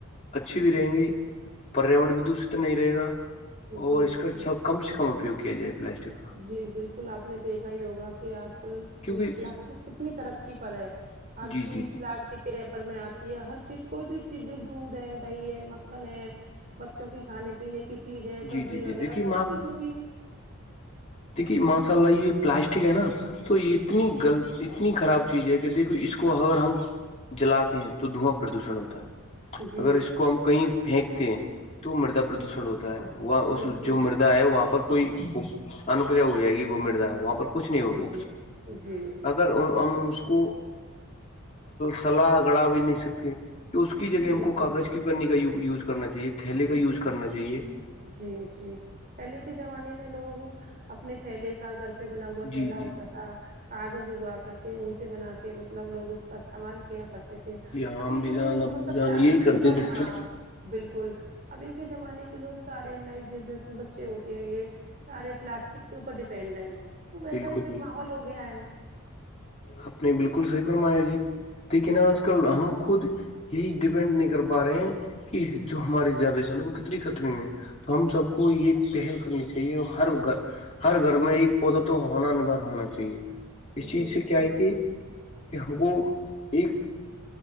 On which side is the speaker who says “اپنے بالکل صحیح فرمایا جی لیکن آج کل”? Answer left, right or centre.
Left